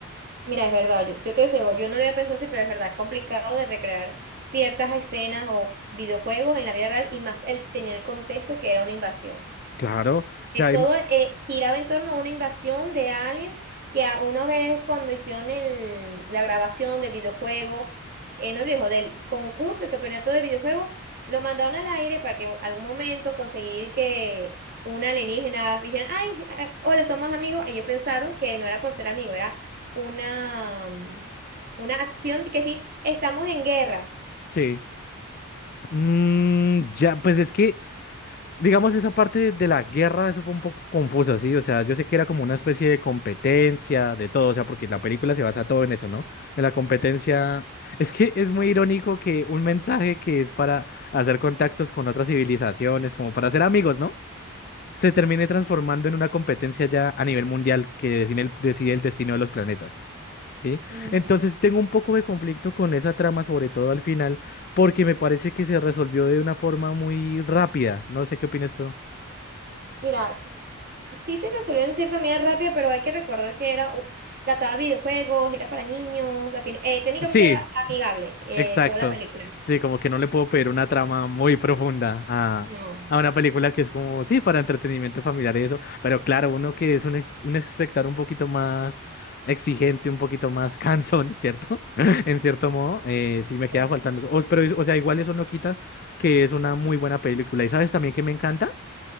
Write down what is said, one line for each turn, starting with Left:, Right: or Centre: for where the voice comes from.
Right: Mira, es verdad, yo, yo te digo, yo no lo había pensado así, pero es verdad, es complicado de recrear ciertas escenas o videojuegos en la vida real y más el tener el contexto que era una invasión.
Left: Claro, o sea,
Right: Que todo
Left: ima-
Right: eh, giraba en torno a una invasión de aliens que a una vez cuando hicieron el- la grabación del videojuego, eh, no dijo, del concurso, el campeonato de videojuego, lo mandaron al aire para que en algún momento conseguir que un alienígena dijeran, ay, eh, hola, somos amigos. Ellos pensaron que no era por ser amigo, era una, mm, una acción de que sí, estamos en guerra.
Left: sí. Mm, ya, pues es que, digamos, esa parte de, de la guerra, eso fue un poco confuso, ¿sí? O sea, yo sé que era como una especie de competencia, de todo, o sea, porque la película se basa todo en eso, ¿no? En la competencia. Es que es muy irónico que un mensaje que es para hacer contactos con otras civilizaciones, como para ser amigos, ¿no? se termine transformando en una competencia ya a nivel mundial que decide el, decide el destino de los planetas, ¿sí?
Right: Mm.
Left: Entonces tengo un poco de conflicto con esa trama, sobre todo al final, porque me parece que se resolvió de una forma muy rápida. No sé qué opinas tú.
Right: Mira, Sí se resolvió en cierta medida rápida, pero hay que recordar que era, u- trataba videojuegos, era para niños, a fin- eh, técnicamente
Left: Sí,
Right: era amigable eh,
Left: Exacto.
Right: toda la película.
Left: Sí, como que no le puedo pedir una trama muy profunda a,
Right: No.
Left: a una película que es como, sí, para entretenimiento familiar y eso, pero claro, uno que es un, ex- un espectador un poquito más exigente, un poquito más cansón, ¿cierto? <laughs> En cierto modo, eh, sí me queda
Right: Sí.
Left: faltando eso. O- pero, es- o sea, igual eso no quita que es una muy buena película. ¿Y sabes también que me encanta?